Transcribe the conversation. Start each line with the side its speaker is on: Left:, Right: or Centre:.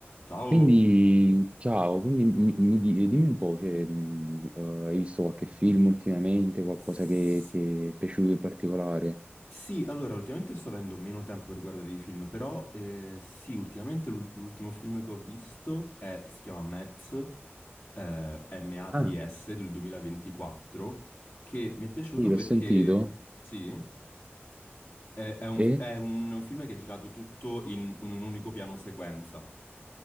Left: Ciao!
Right: Quindi, ciao, quindi mi- mi di- dimmi un po', cioè, mh, eh, hai visto qualche film ultimamente, qualcosa
Left: S-
Right: che ti è piaciuto in particolare?
Left: Sì, allora, ultimamente sto avendo meno tempo per guardare i film, però eh, sì, ultimamente l'ul- l'ultimo film che ho visto è- si chiama Mads, eh, M-A-D-S
Right: Ah,
Left: del 2024, che mi è piaciuto
Right: sì, l'ho
Left: perché,
Right: sentito
Left: sì, è, è un,
Right: e,
Left: fi- è un film che è girato tutto in un, un unico piano sequenza.